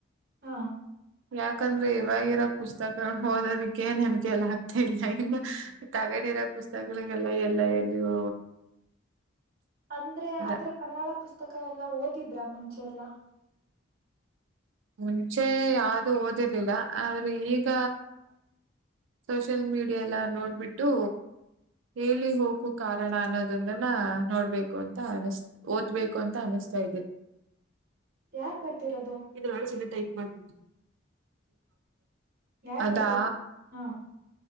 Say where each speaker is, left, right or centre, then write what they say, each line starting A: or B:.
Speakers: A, on the right; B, on the right.
A: ಹಾ
B: ಯಾಕಂದ್ರೆ ಇವಾಗಿರೋ ಪುಸ್ತಕಗಳು ಓದೋದಕ್ಕೆ ನನ್ಗೆೆ ಎಲ್ಲ ಆಗ್ತಾ ಇಲ್ಲ ಇನ್ನು ತಗಡೆ ರ ಪುಸ್ತಕಗಳಿಗೆಲ್ಲ ಎಲ್ಲ ಎಲ್ಲಿಓ
A: ಅಂದ್ರೆ
B: ಇಲ್ಲ
A: ಆದ್ರೆ ಕನ್ನಡ ಪುಸ್ತಕ ಎಲ್ಲಾ ಓದಿದ್ರ ಮುಂಚೆ ಎಲ್ಲಾ
B: ಮುಂಚೆ ಯಾವ್ದೂ ಓದಿರ್ಲಿಲ್ಲ ಆದ್ರೆ ಈಗ ಸೋಷಿಯಲ್ ಮೀಡಿಯಾ ಎಲ್ಲ ನೋಡ್ಬಿಟ್ಟು ಹೇಳಿ ಹೋಗು ಕಾರಣ ಅನ್ನೋದಂದನ ನೋಡ್ಬೇಕು ಅಂತ ಅನಸ್ ಓದ್ಬೇಕು ಅಂತ ಅನಸ್ತ ತ ಇದು
A: ಯಾರ್ ಬರ್ತಿರೋದು
B: ಇದನಲ್ಲ ಚಲ್ಲ ಟೈಪ್ ಮಾಡಂದ
A: ಯಾರ್
B: ಅದಾ
A: ಬರ್ದಿ ಹಾ